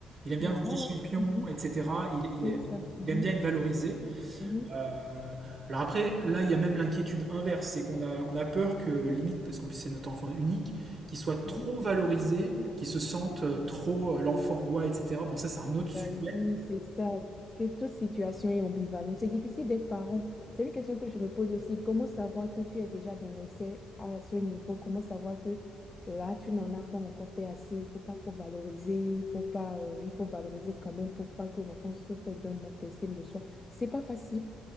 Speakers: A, on the right; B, on the left.
A: Il aime bien
B: Ben
A: quand
B: voilà,
A: je dis champion,
B: mhm,
A: etc. Il, il-
B: c'est ça. mhm,
A: il aime bien être valorisé.
B: mhm,
A: Euh, alors après, là, il y a même l'inquiétude inverse, c'est qu'on a, on a peur que, limite, parce qu'en plus c'est notre enfant unique, qu'il soit
B: mhm.
A: trop valorisé, qu'il se sente euh, trop euh, l'enfant roi, etc. Bon, ça c'est un autre sujet.
B: Ah oui, c'est ça, parce que toute situation est ambivalente. C'est difficile d'être parent. C'est une question que je me pose aussi. Comment savoir que tu es déjà dans l'essai à ce niveau? Comment savoir que là, tu n'en as pas encore fait assez? Il faut pas trop valoriser. Il faut pas, euh, il faut valoriser quand même pour pas que l'enfant souffre d'un manque d'estime de soi. C'est pas facile.